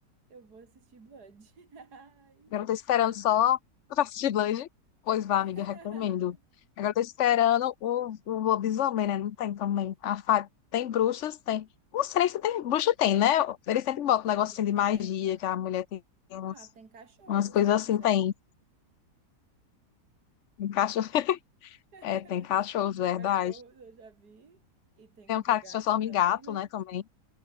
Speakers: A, on the right; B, on the left.
A: Eu vou assistir Blood. <laughs> Ai.
B: Agora eu tô esperando só. Tu tá assistindo Blade? Pois vá,
A: <laughs>
B: amiga, recomendo. Agora eu tô esperando o, o lobisomem, né? Não tem também. A fa... Tem bruxas, tem. Não sei nem se tem. Bruxa tem, né? Eles sempre botam um negócio
A: Bruxo
B: assim de magia,
A: tem. aham.
B: que a mulher tem umas,
A: Ah, tem cachorro,
B: umas coisas
A: se você quiser.
B: assim, tem. Tem cachorro. <laughs>
A: <laughs>
B: É, tem cachorro,
A: O
B: verdade.
A: do cachorro eu já vi. E tem
B: Tem
A: o
B: um
A: do
B: cara
A: gato
B: que se transforma
A: também,
B: em gato,
A: né?
B: né, também.